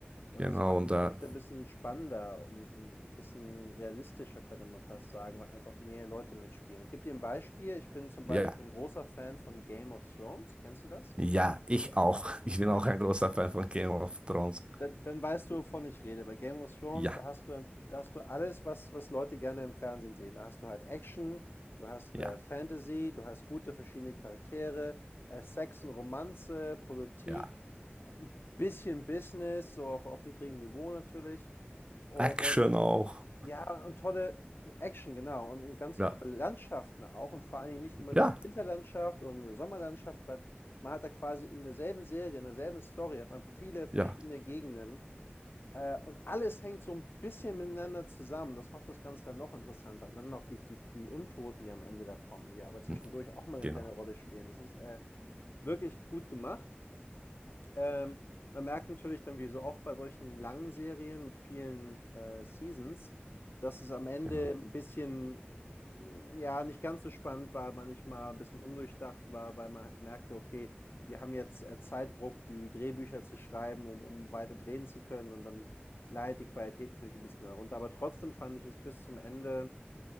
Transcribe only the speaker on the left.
Und
das macht
das Ganze ein bisschen spannender und, und ein bisschen realistischer, könnte man fast sagen, weil einfach mehr Leute mitspielen. Ich gebe dir ein Beispiel. Ich bin zum
Beispiel ein großer Fan von Game of Thrones. Kennst du das?
Na,
<laughs> dann, dann weißt du, wovon ich rede. Bei Game of Thrones,
da hast du, da hast du alles, was, was Leute gerne im Fernsehen sehen. Da hast du halt Action, du hast
äh, Fantasy, du hast gute verschiedene Charaktere, äh, Sex und Romanze, Politik,
äh, ein bisschen Business, so auf, auf niedrigem Niveau natürlich. Und
Ja, und tolle Action, genau. Und und ganz
tolle Landschaften auch und vor allen Dingen nicht immer nur
'ne Winterlandschaft oder nur 'ne Sommerlandschaft, weil man hat da quasi in derselben Serie, in derselben Story hat man viele verschiedene
Gegenden, äh, und alles hängt so ein bisschen miteinander zusammen. Das macht das Ganze dann noch interessanter. Und dann noch die die die Untoten, die am Ende da kommen, die aber zwischendurch
auch mal eine
kleine Rolle spielen. Das ist, äh, wirklich gut gemacht. Ähm, man merkt natürlich dann, wie so oft bei solchen langen Serien mit vielen, äh, Seasons, dass es am Ende
'n bisschen, hm, ja, nicht ganz so spannend war, manchmal 'n bisschen undurchdacht war, weil man halt merkte, okay, die haben jetzt, äh, Zeitdruck, die Drehbücher zu schreiben, um um weiter drehen zu können und dann leidet die Qualität natürlich ein bisschen darunter. Aber trotzdem fand ich es bis zum Ende